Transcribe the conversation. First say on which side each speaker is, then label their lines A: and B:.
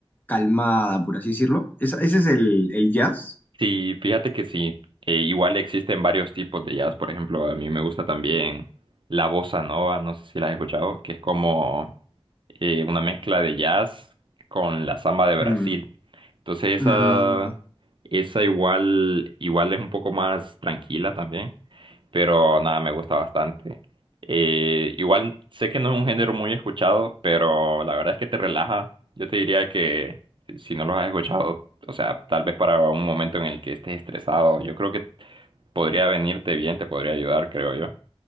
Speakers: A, on the left; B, on the right.
A: calmada, por así decirlo. Esa- ese es el, el jazz.
B: Sí, fíjate que sí. Eh, igual existen varios tipos de jazz. Por ejemplo, a mí me gusta también la bossa nova, no sé si la has escuchado, que es como eh, una mezcla de jazz con la samba de Brasil.
A: Mm,
B: Entonces
A: mm,
B: esa, esa igual, igual es un poco más tranquila también pero nada, me gusta bastante. Eh, igual sé que no es un género muy escuchado, pero la verdad es que te relaja. Yo te diría que si si no lo has escuchado, o sea, tal vez para un momento en el que estés estresado, yo creo que podría venirte bien, te podría ayudar, creo yo.